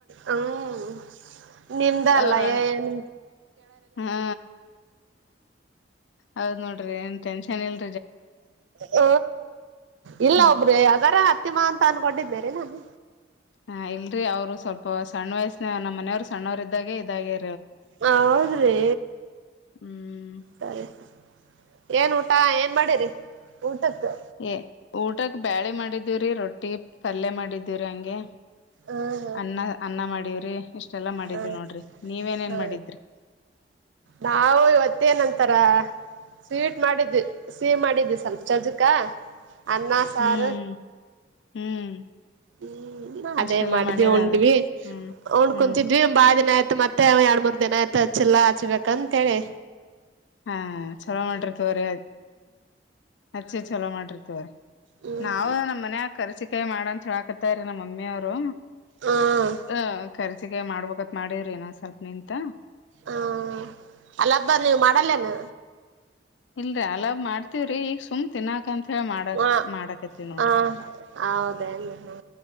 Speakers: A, on the right (about 80°); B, on the left (about 75°).
A: ಹ್ಮ್ ನಿಮ್ದ ಅಲ್ಲನ್
B: ಅವ್ರಣ್ಣ ಹಾ ಹೌದ್ ನೋಡ್ರಿ ಏನ್ ಟೆನ್ಷನ್ ಇಲ್
A: ಹ ಇಲ್ಲ
B: ಹ್ಮ್
A: ಒಬ್ರ ಅದಾರ ಹತ್ತಿಮ ಅಂತ ಅನ್ಕೊಂಡಿದ್ದೇನೆ ನಾನು
B: ಹ ಇಲ್ರರಿ ಅವ್ರು ಸ್ವಲ್ಪ ಸಣ್ಣ ವಯಸ್ಸನ ನಮ್ಮ ಮನೆಯವ್ ಸಣ್ಣವರು ಇದ್ದಾಗೆ ಇದಾಗ್ಯ
A: ಹ ಹೌದ್ರಿ
B: ಹ್ಮ್
A: ಸರಿ ಸರಿ ಏನ್ ಊಟ ಏನ್ ಮಾಡಿರಿ ಊಟಕ್ಕೆ
B: ಏ ಊಟಕ್ ಬ್ಯಾಳೆ ಮಾಡಿದ್ದೀವ್ರಿ ರೊಟ್ಟಿ ಪಲ್ಯ ಮಾಡಿದ್ದೀವ್ರಿ ಹಂಗೆ
A: ಹ್ಮ
B: ಅನ್ನ ಅನ್ನ ಮಾಡವ್ರಿ ಇಷ್ಟೆಲ್ಲಾ ಮಾಡಿದವಿ
A: ಹಾ
B: ನೋಡ್ರಿ ನೀವೇನೇನ್
A: ಹಾ
B: ಮಾಡಿದ್ರಿ
A: ನಾವು ಇವತ್ತೇಏನಂತಾರ ಸ್ವೀಟ್ ಮಾಡಿದ್ದಿ ಸಿಹ್ ಮಾಡಿದ್ದಿ ಸ್ವಲ್ಪ ಚಜಕ ಅನ್ನ ಸಾಾರ
B: ಹ್ಮ್ ಹ್ಮ್
A: ಹ್ಮ್ ಅದೇ
B: ಇಷ್ಟೆಲ್ಲಾ
A: ಮಾಡಿದ್ವಿ
B: ಮಾಡಿರ
A: ಉಂಡ್ವಿ
B: ಅಂದ್ರ ಹ್ಮ್
A: ಉಂಡ್
B: ಹ್ಮ್
A: ಕುಂಂತಿದ್ವಿ ಒ್ ಬಾಳ ದಿನ ಆಯ್ತ ಮತ್ತೆ ಎರಡ್ ಮೂರ್ ದಿನ ಆಯ್ತು ಚೆಲ್ಲ ಹಚ್ಬೇಕಂತೇಳಿ
B: ಹಾ ಚಲೋ ಮಾಡಿತವ್ರೀ ಅಚ್ಚಿ ಚಲೋ ಮಾಡಿತವ್ರೀ
A: ಹ್ಮ್
B: ನಾವವು ನಮ್ಮ ಮನ ಕರ್ ಸಿ ಕೈ ಮಾಡಂ ಹೇಳಾಕತರಿ ನಮ್ಮ ಮಮ್ಮಿ ಅವರು
A: ಹ್ಮ್
B: ಹ ಕರ್ ಮಾಡ್ಬತ್ ಮಾಡಿದ್ರಿ ನ ಸ್ವಲ್ಪ ನಿಂತ
A: ಹಾ ಅಲ್ಲ ಹಬ್ಬ ನೀವು ಮಾಡಲ್ಲೇನ
B: ಇಲ್ರರಿ ಅಲ ಮಾಡ್ತಿವ್ರಿ ಈಗ ಸುಮ್ ತಿನ್ನಾಕ ಅಂತ ಹೇಳಿ ಮಾಡಕ್
A: ಹ
B: ಮಾಡಾಕತಿವವಿ ನೋಡ್ರಿ
A: ಹ ಹೌದೇನ್ ಹ